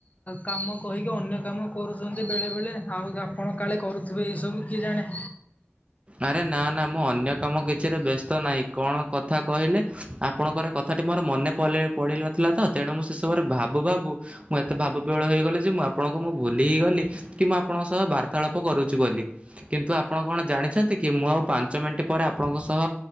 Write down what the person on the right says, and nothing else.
ଆରେ ନା ନା ମୁଁ ଅନ୍ୟ କାମ କିଛିରେ ବ୍ୟସ୍ତ ନାହିଁ କଣ କଥା କହିଲେ? ଆପଣଙ୍କର କଥାଟି ମୋର ମନେ ପଡ଼ିନଥିଲା ତ ତେଣୁ ମୁଁ ସେସବୁରେ ଭାବୁ ଭାବୁ ମୁଁ ଏତେ ଭାବ ବିଳ ହେଇଗଲି ଯେ ମୁଁ ଆପଣଙ୍କୁ ମୁଁ ଭୁଲି ହେଇଗଲି। କି ମୁଁ ଆପଣଙ୍କ ସହ ବାର୍ତ୍ତାଳାପ କରୁଛି ବୋଲି କିନ୍ତୁ ଆପଣ କଣ ଜାଣି ଅଛନ୍ତି କି? ମୁଁ ଆଉ ପାଞ୍ଚ ମିନିଟ୍ ପରେ ଆପଣଙ୍କ ସହ